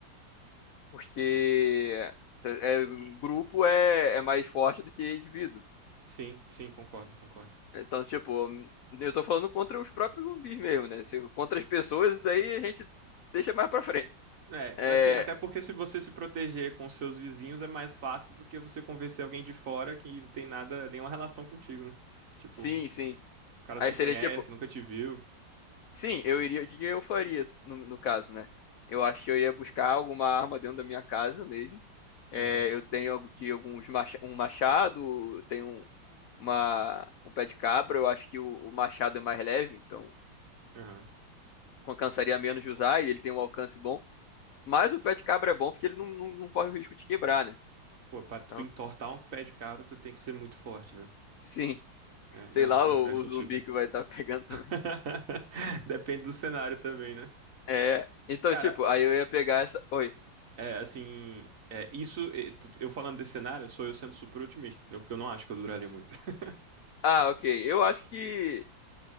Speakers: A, on the left; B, on the right.
A: Porque é, é- grupo é, é mais forte do que indivíduo.
B: Sim, sim, concordo, concordo.
A: Então, tipo, eu tô falando contra os próprios zumbis mesmo, né? Se- Contra as pessoas, isso daí a gente deixa mais pra frente.
B: É,
A: É,
B: assim, até porque se você se proteger com seus vizinhos é mais fácil do que você convencer alguém de fora que não tem nada, nenhuma relação contigo, né? Tipo,
A: sim,
B: o
A: sim.
B: cara
A: Aí
B: não te
A: seria
B: conhece,
A: tipo,
B: nunca te viu.
A: sim, eu iria. O que que eu faria no, no caso, né? Eu acho que eu ia buscar alguma arma dentro da minha casa mesmo. É,
B: Aham,
A: eu tenho aqui alguns macha- um machado, eu tenho um- uma, um pé de cabra. Eu acho que o, o machado é mais leve, então.
B: aham.
A: cansaria menos de usar e ele tem um alcance bom. Mas o pé de cabra é bom porque ele não, não, não corre o risco de quebrar, né?
B: Pô, pra tu
A: Então,
B: entortar um pé de cabra, tu tem que ser muito forte, velho.
A: <laughs> sim,
B: É, não,
A: sei lá
B: sim,
A: o,
B: faz sentido.
A: o zumbi que vai estar <laughs> pegando também.
B: <laughs> Depende do cenário também, né?
A: É, então,
B: Cara,
A: tipo, aí eu ia pegar essa. Oi.
B: é assim. É, isso, é, tu- eu falando desse cenário, sou eu sendo super otimista, entendeu? Porque eu não acho que eu duraria muito. <laughs>
A: Ah, ok. Eu acho que.